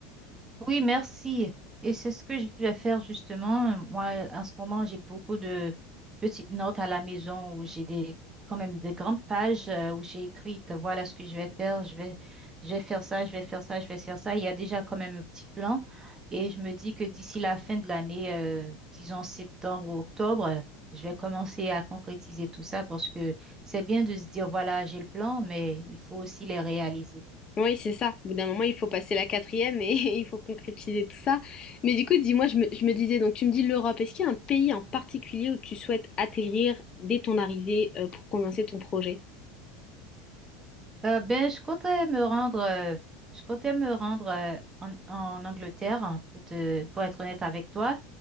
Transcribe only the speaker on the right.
Oui, merci. Et c'est ce que je vais faire justement. Moi, en ce moment, j'ai beaucoup de petites notes à la maison où j'ai des, quand même des grandes pages euh, où j'ai écrites, voilà ce que je vais faire, je vais, je vais faire ça, je vais faire ça, je vais faire ça. Il y a déjà quand même un petit plan et je me dis que d'ici la fin de l'année, euh, disons septembre ou octobre, euh, je vais commencer à concrétiser tout ça parce que c'est bien de se dire, voilà, j'ai le plan, mais il faut aussi les réaliser.
Euh, ben, je comptais me rendre, euh, je comptais me rendre euh, en, en Angleterre hein, pour te, pour être honnête avec toi.